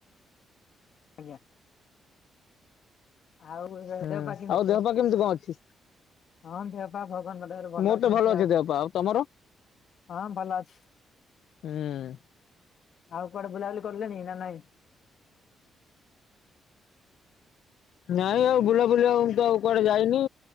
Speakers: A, on the left (about 50°); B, on the left (about 70°).
A: ଆଜ୍ଞା ଆଉ ଏ
B: ହୁଁ
A: ଦେହ ପା କେମିତି
B: ଆଉ ଦେହ
A: ଅଛି?
B: ପା କଣ ଅଛି?
A: ହଁ ଦେହ ପା ଭଗବାନ ଙ୍କ ଦୟାରୁ ଭଲ
B: ମୋର
A: ଅଛି
B: ତ
A: ଏମିତି ଆଉ
B: ଦେହ ପା ତମର?
A: ହଁ ଭଲ ଅଛି
B: ହୁଁ
A: ଆଉ କୁଆଡେ ବୁଲାବୁଲି କରୁଛନ୍ତି ନା ନାଇଁ
B: ନାଇଁ ଆଉ ବୁଲାବୁଲି ମୁଁ ତ ଆଉ କୁଆଡେ ଯାଇନି